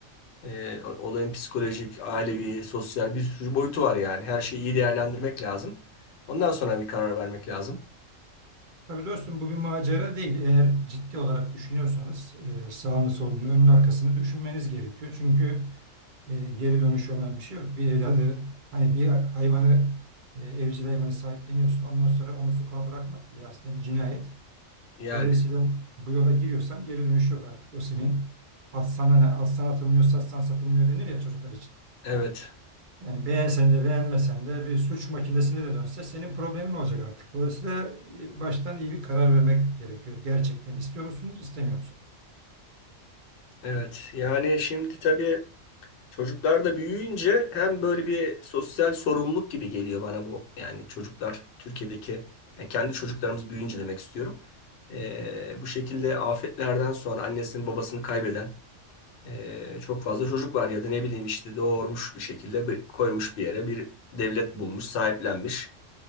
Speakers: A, on the left (about 65°); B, on the right (about 55°).
A: Ee, olayın psikolojik, ailevi, sosyal bir sürü boyutu var yani. Her şeyi iyi değerlendirmek lazım. Ondan sonra bir karar vermek lazım.
B: Tabii dostum bu bir macera değil. Eğer ciddi olarak düşünüyorsanız e, sağını solunu önünü arkasını düşünmeniz gerekiyor. Çünkü e, geri dönüşü olan bir şey yok. Bir evladı hani bir hayvanı e, evcil hayvanı sahipleniyorsun. Ondan sonra onu sokağa bırakmak bile aslında bir cinayet.
A: Yani
B: Dolayısıyla bu yola giriyorsan geri dönüşü yok artık. O senin atsan, hani atsan atılmıyor satsan satılmıyor denir ya çocuklar için.
A: evet,
B: Yani beğensen de beğenmesen de bir suç makinesine de dönse senin problemin olacak artık. Dolayısıyla e, baştan iyi bir karar vermek gerekiyor. Gerçekten istiyor musunuz, istemiyor musunuz?
A: evet. Yani şimdi tabii Çocuklar da büyüyünce hem böyle bir sosyal sorumluluk gibi geliyor bana bu. Yani çocuklar Türkiye'deki yani kendi çocuklarımız büyüyünce demek istiyorum. Ee, bu şekilde afetlerden sonra annesini babasını kaybeden ee, çok fazla çocuk var ya da ne bileyim işte doğurmuş bir şekilde bir- koymuş bir yere bir devlet bulmuş sahiplenmiş.